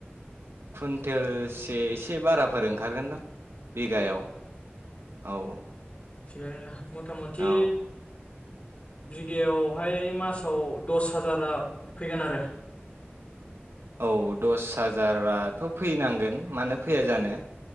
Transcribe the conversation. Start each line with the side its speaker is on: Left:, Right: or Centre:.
Right: कुन्टेलसे एसे बाराफोर ओंखारगोनदां बिघायाव औ
Left: थिगानोना मथामथि
Right: औ
Left: बिगायावहाय मासाव दस हाजारा फैगोन आरो
Right: औ दस हाजाराथ' फैनांगोन मानो फैया जानो